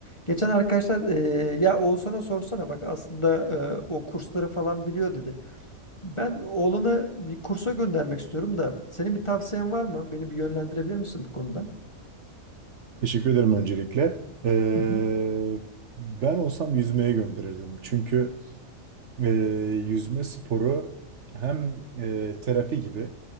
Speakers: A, on the left; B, on the right.
A: Geçen arkadaşlar e, ya Oğuzhan'a sorsana bak aslında e, o kursları falan biliyor dedi. Ben oğlunu bir kursa göndermek istiyorum da senin bir tavsiyen var mı? Beni bir yönlendirebilir misin bu konuda?
B: Teşekkür ederim öncelikle. Ee,
A: Hı hı.
B: ben olsam yüzmeye gönderirdim. Çünkü e, yüzme sporu hem e, terapi gibi